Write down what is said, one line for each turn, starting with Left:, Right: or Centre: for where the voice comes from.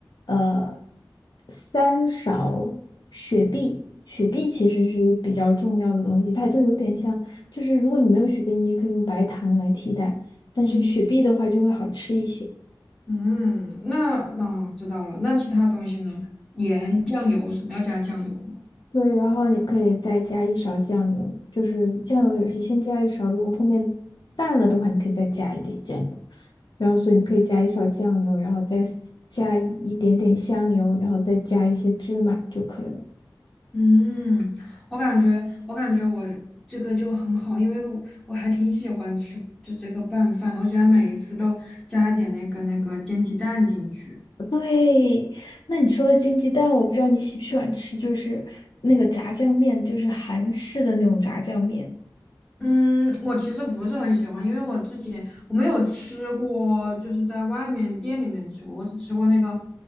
Left: 呃，三勺雪碧。雪碧其实是比较重要的东西，它就有点像，就是如果你没有雪碧，你也可以用白糖来替代，但是雪碧的话就会好吃一些。
Centre: 嗯嗯，那那、哦知道了。那其他东西呢？盐、酱油什么要加酱油吗？
Left: 对，然后你可以再加一勺酱油，就是酱油也是先加一勺，如果后面淡了的话，你可以再加一点酱油。然后所以你可以加一勺酱油，然后再撕加一点点香油，然后再加一些芝麻就可以了。
Centre: 嗯，我感觉，我感觉我这个就很好，因为我我还挺喜欢吃就这个拌饭的，我喜欢每一次都加一点那个那个煎鸡蛋进去。
Left: 对，那你说的煎鸡蛋，我不知道你喜不喜欢吃，就是那个炸酱面，就是韩式的那种炸酱面。
Centre: 嗯，我其实不是很喜欢，因为我之前我没有吃过，就是在外面店里面吃过，我只吃过那个